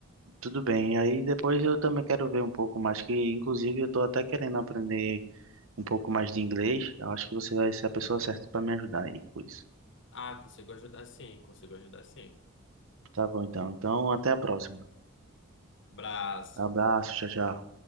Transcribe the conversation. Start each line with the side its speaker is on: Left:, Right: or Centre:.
Right: Tudo bem, aí depois eu também quero ver um pouco mais, que inclusive eu tô até querendo aprender um pouco mais de inglês, eu acho que você vai ser a pessoa certa para me ajudar aí com isso.
Left: Ah, consigo ajudar sim, consigo ajudar sim.
Right: Tá bom então, então até a próxima.
Left: Braço.
Right: Abraço, tchau, tchau.